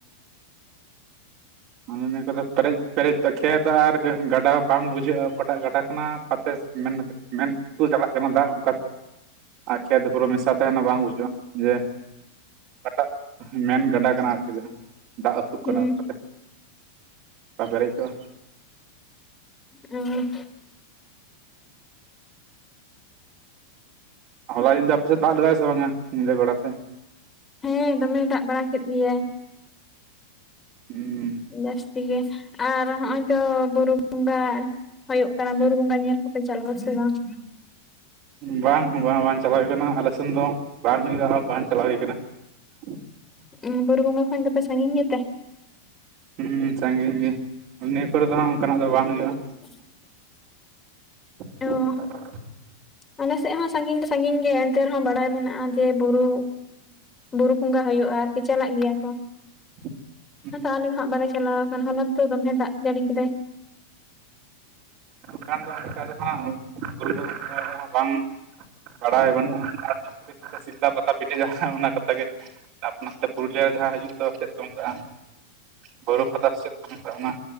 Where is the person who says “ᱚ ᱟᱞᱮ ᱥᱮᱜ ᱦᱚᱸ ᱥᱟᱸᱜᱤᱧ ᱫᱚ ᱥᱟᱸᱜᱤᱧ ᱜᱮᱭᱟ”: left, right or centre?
Left